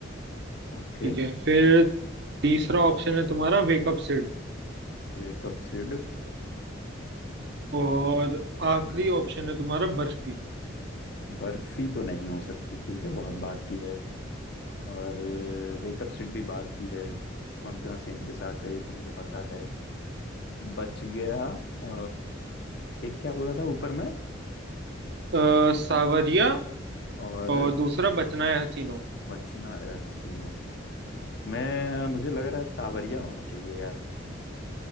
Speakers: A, on the left; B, on the right.
A: Okay
B: ठीक है फिर तीसरा ऑप्शन है तुम्हारा वेकअप सिड
A: Wake up Sid
B: और आखिरी ऑप्शन है तुम्हारा बर्फी
A: Barfi तो नहीं हो सकती क्योंकि बहुत बात की है और वेकअप सिड भी बात की है कौनकना सेन के साथ है ये तो मुझे पता है बच गया अ, एक क्या बोला था ऊपर में
B: अ, सावरिया
A: और
B: और दूसरा बचना है हसीनो
A: बचना ए हसीनों मैं मुझे लग रहा है सावरिया होना चाहिए यार